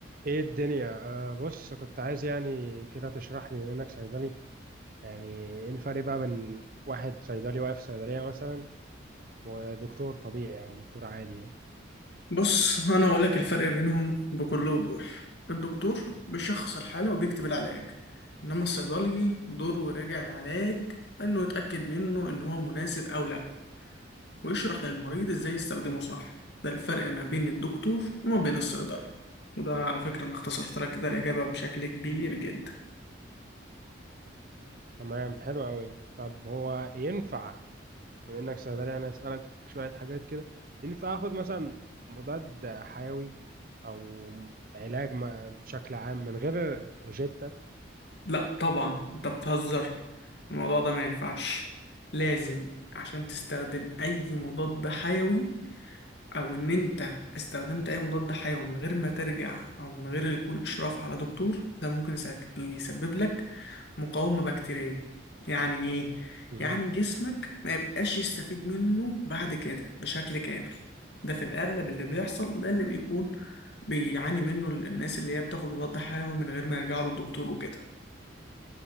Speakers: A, on the right; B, on the left.
A: ايه الدنيا آه بص كنت عايز يعني كده تشرح لي بما انك صيدلي يعني ايه الفرق بقى بين واحد صيدلي واقف في صيدلية مثلا ودكتور طبيعي او دكتور عادي يعني
B: بص أنا أقول لك الفرق بينهم بكل وضوح الدكتور بيشخص الحالة وبيكتب العلاج إنما الصيدلي دوره يراجع العلاج إنه يتأكد منه إن هو مناسب أو لأ ويشرح للمريض إزاي يستخدمه صح ده الفرق ما بين الدكتور وما بين الصيدلي وده على فكرة أنا اختصرت لك كده الإجابة بشكل كبير جدا
A: تمام حلو قوي طب هو ينفع بما انك صيدلي انا اسالك شوية حاجات كده ينفع اخد مثلا مضاد حيوي او علاج ما- بشكل عام من غير روجيتا
B: لأ طبعا أنت بتهزر الموضوع ده ما ينفعش لازم عشان تستخدم أي مضاد حيوي او ان انت استخدمت اي مضاد حيوي من غير ما ترجع او من غير يكون اشراف على دكتور ده ممكن يسك- يسبب لك مقاومة بكتيرية يعني ايه
A: مهم.
B: يعني جسمك ما يبقاش يستفيد منه بعد كده بشكل كامل ده في الاغلب اللي بيحصل وده اللي بيكون بيعاني منه الناس اللي هي بتاخد مضاد حيوي من غير ما يرجعوا للدكتور وكده